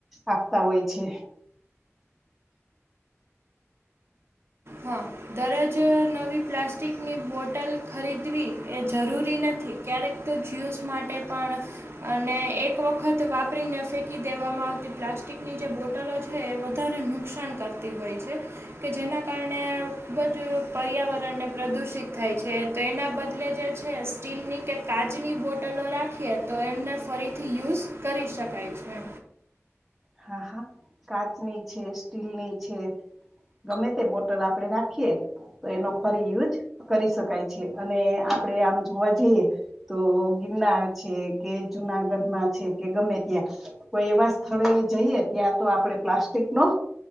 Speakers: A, in the centre; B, on the right.
A: આપતાં હોય છે.
B: હા. દરજ નવી પ્લાસ્ટિકની બોટલ ખરીદવી એ જરૂરી નથી. ક્યારેક તો જ્યુસ માટે પણ અને એક વખત વાપરીને ફેંકી દેવામાં આવતી પ્લાસ્ટિકની જે બો ટલો છે એ વધારે નુકસાન કરતી હોય છે કે જેના કારણે ખૂબ જ પર્યાવરણને પ્રદુષિત થાય છે તો એના બદલે જે છે સ્ટીલની કે કાચની બોટલો રાખીએ તો એમને ફરીથી યુઝ કરી શકાય છે.
A: હા હા. કાચની છે સ્ટીલની છે ગમે તે બોટલ આપડે રાખીએ. તો એનો ફરી યુજ કરી શકાય છે અને આપણેે આમ જોવા જઈએ તો ગિરનાર છે કે જુનાગઢમાં છે કે ગમે ત્યાં કોઈ એવા સ્થળોએ જઈએ ત્યાં તો આપણે પ્લાસ્ટિકનો